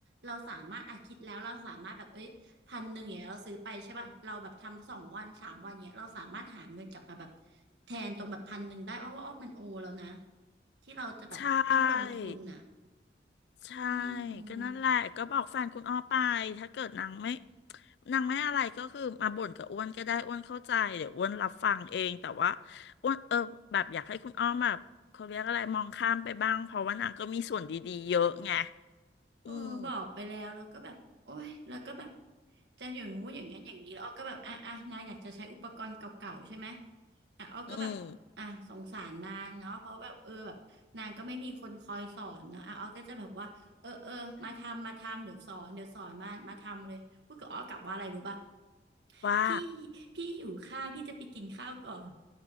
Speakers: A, on the right; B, on the left.
A: เราสามารถอะคิดแล้วเราสามารถแบบเอ้ยพันหนึ่งอย่างเงี้ยเราซื้อไปใช่ป่ะเราแบบทำสองวันสามวันเงี้ยเราสามารถหาเงินกลับมาแบบแทนตรงแบบพันหนึ่งได้อ้อว่าอ้อมันโอแล้วนะที่เราจะแบบต้องลงทุนอะ
B: <laughs> ใช่ใช่
A: อืม
B: ก็นั่นแหละ ก็บอกแฟนคุณอ้อไป ถ้าเกิดนางไม่นางไม่อะไรก็คือมาบ่นกับอ้วนก็ได้อ้วนเข้าใจเดี๋ยวอ้วนรับฟังเองแต่ว่าอ้วนเออแบบอยากให้คุณอ้อมแบบเขาเรียกอะไรมองข้ามไปบ้างเพราะว่านางก็มีส่วนดีๆเยอะไง
A: เออบอกไปแล้วแล้วก็แบบโอ้ยแล้วก็แบบ
B: อืม
A: จะอย่างงู้อย่างงั้นอย่างนี้แล้วอ้อก็แบบอ่ะอ่ะนายอยากจะใช้อุปกรณ์เก่าๆใช่ไหมอ่ะอ้อก็แบบอ่ะสงสารนางเนาะเพราะแบบเออแบบนางก็ไม่มีคนคอยสอนเนาะอ่ะอ้อก็จะแบบว่าเออเออมาทำมาทำเดี๋ยวสอนเดี๋ยวสอนมามาทำเลยพูดกับอ้อกลับว่าอะไรรู้ป่ะ
B: อืมว่า
A: พี่พี่หิวข้าวพี่จะไปกินข้าวก่อน